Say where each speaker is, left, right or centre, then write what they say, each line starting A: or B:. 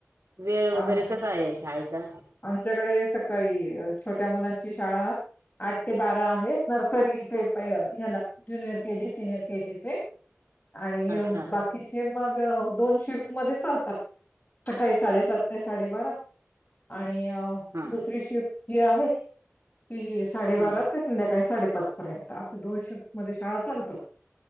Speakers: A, on the right; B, on the left.
A: वेळ
B: आ,
A: वगैरे कसा आहे शाळेचा
B: आमच्याकडे सकाळी छोट्या मुलांची शाळा आठ ते बारा आहे नर्सरी ते हला जुनियर केजी सिनियर केजीचे आणि
A: अच्छा
B: बाकीचे मग दोन शिफ्ट मध्ये चालतात सकाळी साडेसात ते साडेबारा आणि
A: हा
B: दुसरी शिफ्ट जी आहे. ती साडेबारा
A: हा
B: ते संध्याकाळी साडेपाच पर्यंत. असं दोन शिफ्ट मध्ये शाळा चालतात.